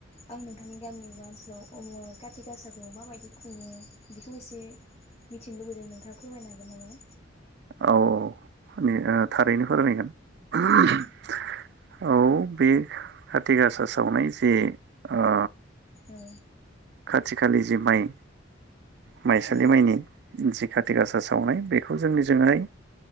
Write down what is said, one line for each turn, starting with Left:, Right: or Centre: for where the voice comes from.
Left: आं नोंथांनि गामि एबा ओनसोलाव काति गासाखौ माबायदि खुङो बेखौ एसे मिथिनो लुबैदों नोंथाङा फोरमायनो हागोन नामा?
Right: औ औ ओ थारैनो फोरमायगोन । <unintelligible>
Left: औ
Right: औ बे खाथि गासा सावनाय जे ओ
Left: औ
Right: खाथि खालि जि माइ माइसालि
Left: औ
Right: माइनि जि खाथि गासा सावनाय बेखौ जोंनिजोंहाय